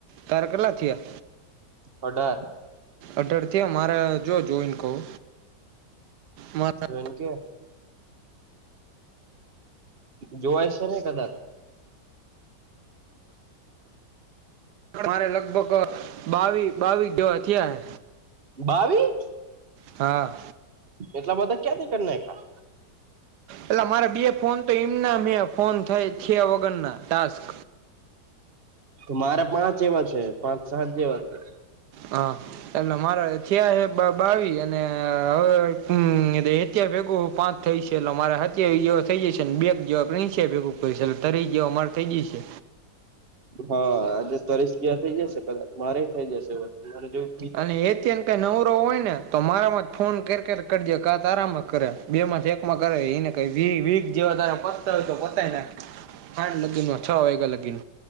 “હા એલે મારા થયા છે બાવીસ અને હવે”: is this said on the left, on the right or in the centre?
Right